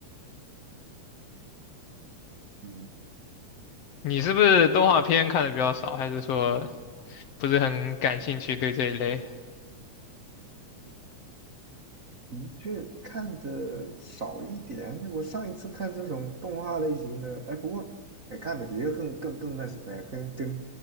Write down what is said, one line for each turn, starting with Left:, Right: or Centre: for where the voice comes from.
Right: 嗯
Left: 你是不是动画片看的比较少，还是说不是很感兴趣对这一类
Right: 的确看的少一点。我上一次看这种动画类型的，哎，不过哎看的比这个更更更那什么呀，跟跟